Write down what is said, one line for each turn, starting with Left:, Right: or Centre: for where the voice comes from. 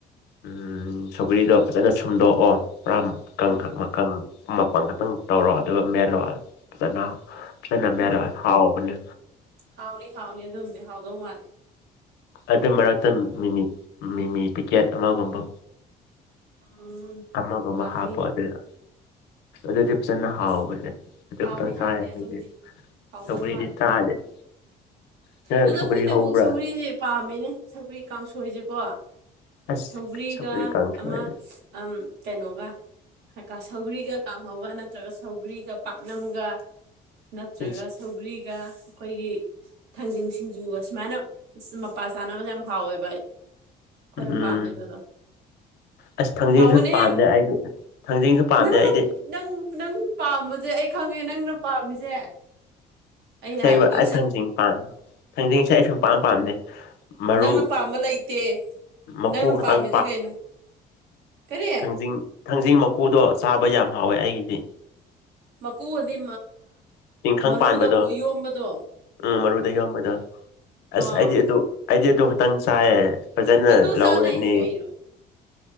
Left: ꯎ ꯁꯣꯒꯔꯤꯗꯣ ꯐꯖꯅ ꯁꯨꯝꯗꯣꯛꯑꯣ ꯄꯨꯔꯥ ꯀꯪꯈꯛ
Right: ꯎꯝ
Left: ꯃꯄꯜ ꯈꯛꯇꯪ ꯇꯧꯔꯣ ꯑꯗꯨꯒ ꯃꯦꯜꯂꯣ ꯑꯗꯨꯅ ꯍꯅ
Right: ꯎꯝ
Left: ꯃꯦꯔ ꯍꯥꯎꯅꯤ
Right: ꯍꯥꯎꯅꯤ ꯍꯥꯎꯅꯤ ꯑꯗꯨꯣ ꯍꯥꯎꯗꯣꯧ ꯃꯥꯜꯦ
Left: ꯑꯗꯨ ꯃꯔꯛꯇ ꯃꯤꯃꯤ ꯃꯤꯃꯤ ꯄꯤꯀꯦꯠ ꯑꯃꯒꯨꯝꯕ
Right: ꯎꯝ
Left: ꯑꯃꯒꯃ
Right: ꯍꯥꯎꯅꯤ
Left: ꯍꯥꯞꯄ ꯑꯗꯨꯗ ꯑꯗꯨꯗꯤ ꯐꯖꯅ ꯍꯥꯎꯕꯅꯦ
Right: ꯑꯁ
Left: ꯑꯗꯨ
Right: ꯍꯥꯎꯅꯤ
Left: ꯈꯇꯪ
Right: ꯍꯥꯎꯅꯤ
Left: ꯆꯥꯏ ꯍꯥꯏꯗꯤ
Right: ꯑꯗꯨꯝꯗꯤ ꯍꯥꯎꯗꯧ
Left: ꯁꯧꯀ꯭ꯔꯤꯗꯤ
Right: ꯃꯥꯜꯂꯦ
Left: ꯆꯥꯥꯁꯦ
Right: ꯑꯗꯣ
Left: ꯁꯧꯀ꯭ꯔꯤ
Right: ꯑꯩꯈꯣꯏꯅ
Left: ꯍꯧꯕ꯭ꯔꯥ
Right: ꯑꯃꯨꯛ ꯁꯧꯒ꯭ꯔꯤꯁꯦ ꯄꯥꯝꯃꯤꯅꯦ ꯁꯒ꯭ꯔꯤ ꯀꯥꯡꯁꯣꯏꯁꯦꯀꯣ
Left: ꯑꯁ
Right: ꯁꯧꯒ꯭ꯔꯤꯒ
Left: ꯁꯧꯒ꯭ꯔꯤ ꯀꯥꯡꯁꯣꯏ
Right: ꯑꯃ ꯀꯩꯅꯣꯒ ꯁꯧꯒ꯭ꯔꯤꯒ ꯀꯥꯡꯍꯧꯒ ꯅꯠꯇ꯭ꯔꯒ ꯁꯧꯒ꯭ꯔꯤꯒ ꯄꯥꯛꯅꯝꯒ ꯅꯠꯇ꯭ꯔꯒ
Left: ꯏꯁ
Right: ꯁꯧꯒ꯭ꯔꯤꯒ ꯑꯩꯈꯣꯏꯒꯤ ꯊꯥꯡꯖꯤꯡ ꯁꯤꯡꯖꯨꯒ ꯁꯨꯃꯥꯏꯅ ꯃꯄꯥ ꯆꯥꯅꯕꯗ ꯌꯥꯝ ꯍꯥꯎꯋꯦꯕ ꯑꯩꯈꯣꯏꯅ
Left: ꯎꯝ
Right: ꯄꯥꯝꯃꯦꯕꯗꯣ
Left: ꯑꯁ ꯊꯥꯡꯖꯤꯡꯁꯨ
Right: ꯍꯥꯎꯕꯅꯦꯍꯦ
Left: ꯄꯥꯝꯗꯦ ꯑꯩꯗꯤ ꯊꯥꯡꯖꯤꯡꯁꯨ ꯄꯥꯝꯗꯦ
Right: ꯅꯪꯅ
Left: ꯑꯩꯗꯤ
Right: ꯅꯪ ꯅꯪ ꯄꯥꯝꯕꯁꯦ ꯑꯩ ꯈꯪꯉꯦ ꯅꯪꯅ ꯄꯥꯝꯃꯤꯁꯦ ꯑꯩꯅ ꯍꯥꯏꯕꯗꯣ
Left: ꯑꯕ ꯑꯩ ꯊꯥꯡꯖꯤꯡ ꯄꯥꯝ ꯊꯥꯡꯖꯤꯡꯁꯦ ꯑꯩꯁꯨ ꯄꯥꯝ ꯄꯥꯝꯗꯦ ꯃꯔꯨ
Right: ꯅꯪꯅ ꯄꯥꯝꯕ ꯂꯩꯇꯦ
Left: ꯃꯀꯨ
Right: ꯅꯪꯅ
Left: ꯈꯛꯇꯪ
Right: ꯄꯥꯝꯃꯤꯁꯦ ꯀꯩꯅꯣ ꯀꯔꯤ
Left: ꯊꯖꯤꯡ ꯊꯥꯡꯖꯤꯡ ꯃꯀꯨꯗꯣ ꯆꯥꯕ ꯌꯥꯝ ꯍꯥꯎꯋꯦ ꯑꯩꯒꯤꯗꯤ
Right: ꯃꯀꯨ ꯑꯗꯤ
Left: ꯇꯤꯡꯈꯪ
Right: ꯃꯔꯨꯗ
Left: ꯄꯥꯟꯕꯗꯣ
Right: ꯌꯣꯝꯕꯗꯣ
Left: ꯎꯝ ꯃꯔꯨꯗ ꯌꯣꯟꯕꯗꯣ ꯑꯁ
Right: ꯑꯥ
Left: ꯑꯩꯗꯤ ꯑꯗꯨ ꯑꯩꯗꯤ ꯑꯗꯨ ꯈꯇꯪ ꯆꯥꯏꯌꯦ ꯐꯖꯅ
Right: ꯑꯗꯨ
Left: ꯂꯧꯔꯅꯤ
Right: ꯆꯥꯅꯩ ꯀꯩꯅꯣ